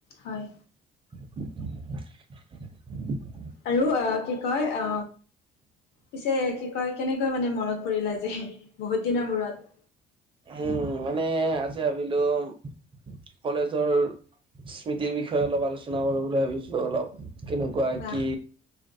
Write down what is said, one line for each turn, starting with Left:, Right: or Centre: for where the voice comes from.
Left: হয়
Right: <unintelligible>
Left: আৰু অ কি কয় অ পিছে কি কয়- কেনেকৈ মানে মনত পৰিল যে বহুত দিনৰ মূৰত-
Right: উম মানে আজি ভাবিলোঁ - কলেজৰ স্মৃতিৰ বিষয়ে অলপ আলোচনা কৰো বুলি ভাবিছোঁ অলপ- কেনেকুৱা
Left: বাহ
Right: কি